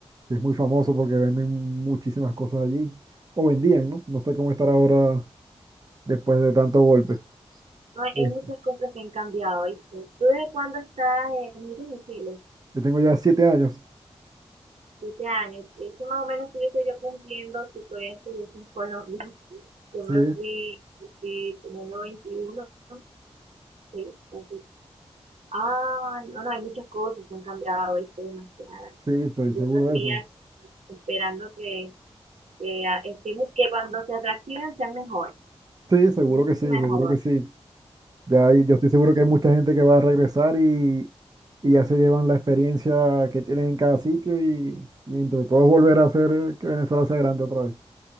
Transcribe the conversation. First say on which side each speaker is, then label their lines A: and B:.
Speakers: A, on the right; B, on the right.
A: que es muy famoso porque venden muchísimas cosas allí, o vendían, ¿no? No sé cómo estar ahora después de tanto golpe.
B: No, hay,
A: Este,
B: hay muchas cosas que han cambiado, ¿viste? ¿Tú desde cuándo estás en, mira, en Chile?
A: yo tengo ya siete años,
B: Siete años. Eso más o menos estuviese yo cumpliendo si todavía estuviese en Colombia. <laughs> Yo me
A: sí,
B: fui, fui teniendo veintiuno. ¿no? Sí, así. Ah, no, no, hay muchas cosas que han cambiado, ¿viste? Demasiadas.
A: sí, estoy
B: Yo
A: seguro
B: estaría
A: de eso.
B: esperando que, que, a- estemos, que cuando se reactiven sean mejores,
A: Sí, seguro
B: mucho
A: que sí,
B: mejor.
A: seguro que sí. Ya, hay- yo estoy seguro que hay mucha gente que va a regresar y, y ya se llevan la experiencia que tienen en cada sitio y, y entre todos volver a hacer que Venezuela sea grande otra vez,